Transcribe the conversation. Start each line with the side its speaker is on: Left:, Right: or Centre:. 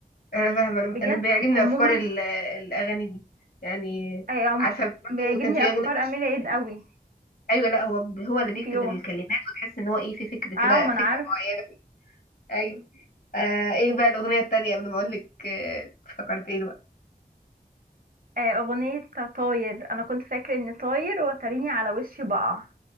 Left: انا فاهمه انا
Right: بجد
Left: أنا بيعجبني
Right: عموما
Left: افكار ال- الاغاني دي يعني
Right: آه عم...
Left: عارفه برضه
Right: بيعجبني
Left: كان في
Right: افكار
Left: اغنيه لشيرين
Right: اميله عيد قوي
Left: ايوه لا هو هو اللي بيكتب
Right: في يوم
Left: الكلمات وتحس ان هو ايه في فكر كده
Right: اه ما
Left: فكره
Right: انا عارف
Left: معينه في ايوه آه ايه بقى الاغنيه التانيه قبل ما اقول لك آه افتكرت ايه بقى
Right: آه اغنيه طاير انا كنت فاكره اني طاير وتريني على وشي بقع